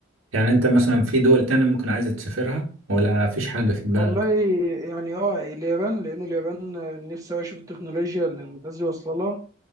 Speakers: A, on the right (about 80°); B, on the right (about 15°).
A: يعني انت مثلا في دول تاني ممكن عايز تسافرها ولا فيش حاجة في دماغك
B: والله يعني اه اليابان لان اليابان نفسي أوي اشوف التكنولوجيا اللي الناس دي واصله لها